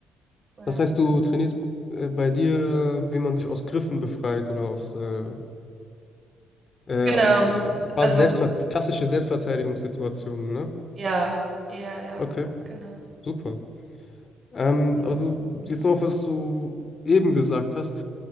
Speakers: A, on the right (about 40°); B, on the left (about 40°).
A: Ja.
B: Das heißt, du trainierst äh, bei dir, äh, wie man sich aus Griffen befreit oder aus äh, äh,
A: Genau.
B: au- äh, quasi
A: Also,
B: Selbstver klassische Selbstverteidigungssituationen, ne?
A: ja. Ja, ja,
B: Okay,
A: genau.
B: super. Ähm,
A: Ja.
B: also jetzt noch auf, was du eben gesagt hast.